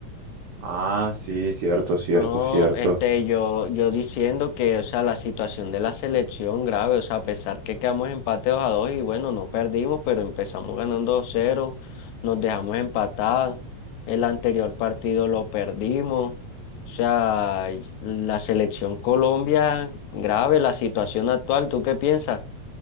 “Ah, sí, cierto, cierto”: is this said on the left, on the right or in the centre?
Right